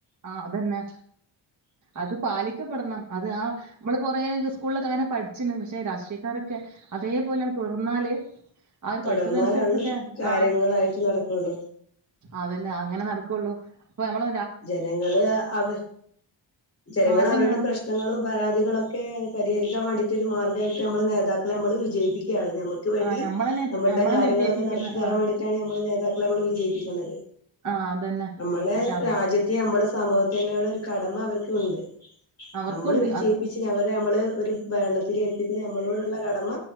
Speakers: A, on the right; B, on the left.
A: ആ അതന്നെ അത് പാലിക്കപ്പെടണം അത് ആ നമ്മള് കൊറേ സ്കൂളിലൊക്കെ അങ്ങനെ പഠിച്ച്ണ് പക്ഷെ രാഷ്ട്രീയക്കാരൊക്കെ അതേപോലെ തുടർന്നാല് അവര്
B: തുടർന്നാലാള്ളൂ
A: പഠിച്ചത് അനുസരിച്ചൊക്കെ
B: കാര്യങ്ങളായിട്ട്
A: ആ
B: നടക്കുള്ളൂ
A: അതന്നെ അങ്ങനെ നടക്കുള്ളൂ അപ്പ നമ്മള്
B: ജനങ്ങള് അവര് ജനങ്ങൾ
A: മാറ്റം
B: അവരുടെ
A: കാണാം
B: പ്രശ്നങ്ങളും പരാതികളൊക്കെ പരിഹരിക്കാൻ വേണ്ടയിട്ട് ഒരു മാർഗമായിട്ട് നമ്മൾ നേതാക്കളെ നമ്മൾ വിജയിപ്പിക്കും നമ്മക്ക് വേണ്ടി
A: ആഹ് ഞമ്മളന്നെ
B: നമ്മളുടെ
A: ഞമ്മളന്നെ
B: കാര്യങ്ങളൊക്കെ
A: വിജയിപ്പിക്കുന്ന
B: നടത്തി തരാൻ
A: ആഹ്
B: വേണ്ടിട്ടാണ് നമ്മുടെ നേതാക്കളെ നമ്മൾ വിജയിപ്പിക്കണത്
A: ആഹ് അതന്നെ
B: നമ്മളെ
A: പക്ഷെ അവ
B: രാജ്യത്തെ നമ്മളെ സമൂഹത്തിനോട്‌ ഒരു കടമ അവർ ഉണ്ട്
A: അവർക്കുണ്ട്
B: നമ്മള് വിജയിപ്പിച്ച്
A: അത്
B: അവരെ നമ്മള് ഒരു ഭരണത്തില് ഏൽപ്പിക്കുന്ന നമ്മളോടുള്ള കടമ